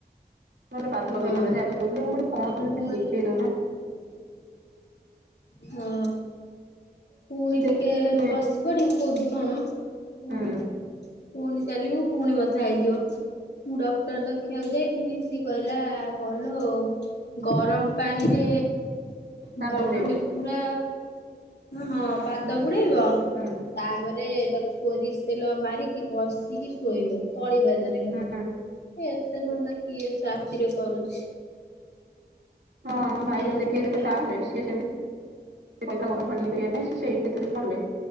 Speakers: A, on the right; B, on the left.
A: ନହେଲେ ପାଦ
B: ହଁ।
A: ଲଗେଇ ପାରୁନାହାନ୍ତି ଆଜି କହୁଥିଲି ମୁଁ କହିଲେ କଣ ତମେ
B: ପୁଣି
A: ଦେଖେଇ ଦଉ ନା
B: ହଁ ପୁଣି
A: ସେ ଦେଖେଇ
B: ଟିକେ ବସିବନି ମୁ କୋଉଠି। କଣ ପୁଣି
A: ହୁଁ
B: ପୁଣି ଚାଲିବୁ ପୁଣି ବସ। କଥା ହେଇଯିବ ମୁଁ ଡକ୍ଟର ଦେଖିବାକୁ ଯାଇଥିନି ସିଏ କହିଲା କହଲ। ଗରମ ପାଣିରେ
A: ପାଦ
B: ଭଲ
A: ପୁଡେଇବ
B: ମାନେ ପୁରା ହଁ ପାଦ ବୁଡେଇବ
A: ହୁଁ
B: ତାପରେ ତାକୁ ପୋରିସେଲ ମାରିକି ଘଷିକି ଶୋଇବ ତଳି ବାଜାରେରେ ଖଲି
A: ହୁଁ
B: ଏତେ ଧନ୍ଦା କିଏ ଚାକିରେ କରୁଛି
A: ହଁ ଆମ ଭାଇ
B: ବିରକ୍ତିଆ
A: ଯାଇ ଦେଖେଇ ଦେେଲେ
B: ଲାଗିବ।
A: ଟା ନୁହଁ ସିଏ ସେମିତି ପଇସା ଗରମ ପା ସେଇଠି କେତେ ଦିନ ପଲେ